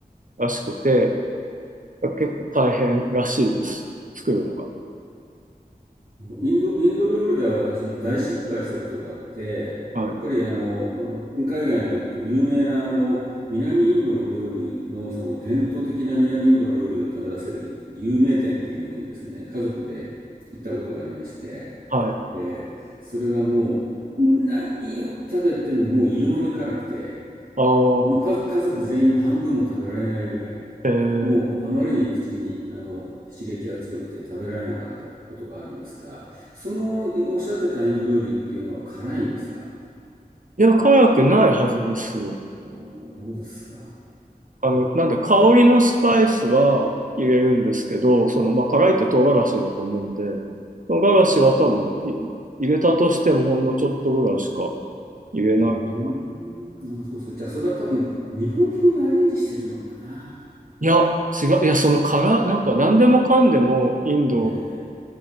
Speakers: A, on the right; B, on the right.
A: らしくて、結構大変らしいです。作るのが。
B: インド、インドルールでは私も大失敗したことがあって、
A: はい。
B: やっぱりあの、海外のこう有名なあの、南インドの料理のその伝統的な南インドの料理を食べ出せる有名店っていうのにですね、家族で行ったことがありまして、
A: はい。
B: で、それがもう、何を食べてももう異様に辛くて、
A: ああ、
B: もうか家族全員半分も食べられないぐらい、
A: えー、
B: もうあまりに口にあの刺激が強くて食べられなかったことがあるんですが、そのおっしゃってたインド料理っていうのは辛いんですか
A: いや、辛くないはずですよ。
B: おーそうですか。
A: あの、なんだ、香りのスパイスは入れるんですけど、その、まあ、辛いって唐辛子だと思うんで、唐辛子は多分い入れたとしてもほんのちょっとぐらいしか入れない。
B: うーん、あ、そうそう。じゃあそれは多分日本風にアレンジしてるのかな。
A: いや、違う、いや、その辛、なんか何でもかんでもインドの
B: えー